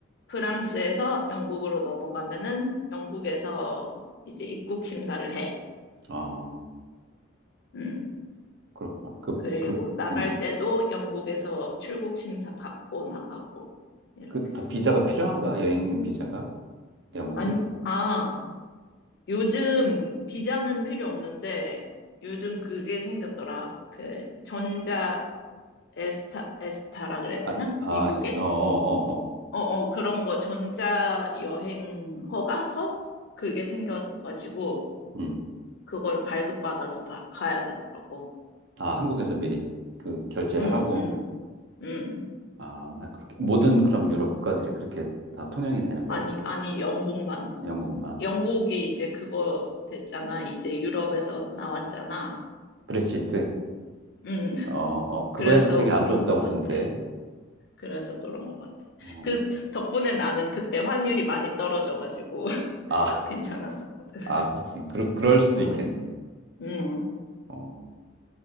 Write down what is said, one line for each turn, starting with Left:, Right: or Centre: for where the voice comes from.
Left: 프랑스에서 영국으로 넘어가면은 영국에서 이제 입국 심사를 해.
Right: 아.
Left: 음.
Right: 그렇구나. 그,
Left: 그리고
Right: 그,
Left: 나갈
Right: 음, 음.
Left: 때도 영국에서 출국 심사 받고 나가고 이렇게
Right: 그, 다
Left: 했어.
Right: 비자가 필요한가? 여행 비자가? 영국이?
Left: 아니, 아, 요즘 비자는 필요 없는데 요즘 그게 생겼더라. 그 전자 에스타 에스타라 그래야
Right: 아,
Left: 되나?
Right: 아,
Left: 미국에?
Right: 어, 어, 어, 어.
Left: 어, 어, 그런 거 전자 여행 허가서 그게 생겨가지고
Right: 음.
Left: 그걸 발급받아서 바- 가야 되더라고.
Right: 아, 한국에서 미리 그 결제를
Left: 응,
Right: 하고,
Left: 응, 응.
Right: 아, 그렇게. 모든 그럼 유럽 국가들이 그렇게 다 통용이 되는 거야?
Left: 아니, 아니 영국만.
Right: 아, 영국만.
Left: 영국이 이제 그거 됐잖아. 이제 유럽에서 나왔잖아.
Right: 브렉시트.
Left: 음, <laughs>
Right: 어, 어, 그거에서
Left: 그래서
Right: 되게 안
Left: 그런
Right: 좋았다고
Left: 것 같아.
Right: 그러던데.
Left: 그래서 그런 것 같아.
Right: 어,
Left: 그 덕분에 나는 그때 환율이 많이 떨어져가지고 <laughs>
Right: 아,
Left: 괜찮았었거든.
Right: 아, 그렇지. 그러, 그럴 수도
Left: 어,
Right: 있겠네.
Left: 음,
Right: 어,